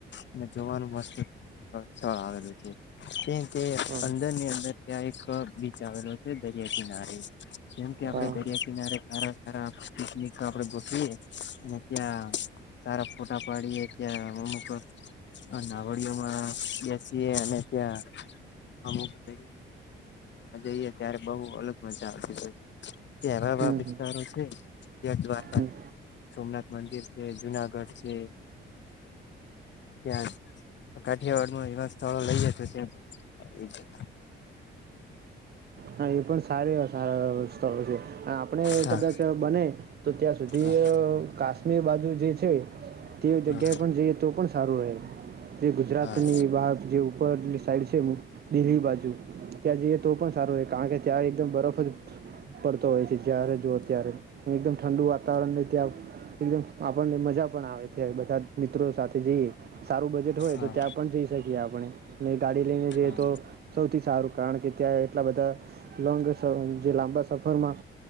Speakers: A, on the left; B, on the right.
A: અને જોવાનું મસ્ત સ્થળ આવેલું છે. કેમ કે
B: હા
A: અંદરની અંદર ત્યાં એક બીચ આવેલો છે. દરિયા કિનારે જેમ કે આપણે
B: હા
A: દરિયા કિનારે સારા સારા પિકનિક આપડ ગોઠવીએ અને ત્યાં સારા ફોટા પાડીએ ત્યાં અમુક નાવડીયોમાં બેસીએ અને ત્યાં અમુક દ જઈએ ત્યારે બહુ અલગ મજા આવતી હોય છે. ત્યાં એવા
B: હમ
A: એવા વિસ્તારો
B: હમ
A: છે જે દ્વારકા
B: હમ
A: સોમનાથ મંદિર છે, જુનાગઢ છે, ત્યાં કાઠિયાવાડ ન એવા સ્થળો લઈએ તો ત્યાં જાય.
B: હા એ પણ સારી સ્થળો છે. આપણે
A: હા
B: કદાચ બને તો ત્યાં સુધી
A: હા
B: કાશ્મીર બાજુ જે છે. તે
A: હા
B: જગ્યાએ
A: હા
B: પણ જઈએ તો પણ સારું રહે. જે ગુજરાતની
A: હા હા
B: બહાર જે ઉપરલી સાઈડ છે દિલ્લી બાજુ ત્યાં જઈએ તો પણ સારું કારણ કે ત્યારે એકદમ બરફ જ પડતો હોય છે જ્યારે જુઓ ત્યારે એકદમ ઠંડુ વાતાવરણને ત્યાં એકદમ આપણને મજા પણ આવે છે બધા મિત્રો સાથે જઈએ સારું બજેટ હોય
A: હા
B: તો ત્યાં પણ જઈ શકીએ આપ આપણે નહી ગાડી લઈને
A: હા
B: જઈએ તો સૌથી સારું કારણ કે ત્યાં એટલા બધા લોંગ જે લાંબા સફરમાં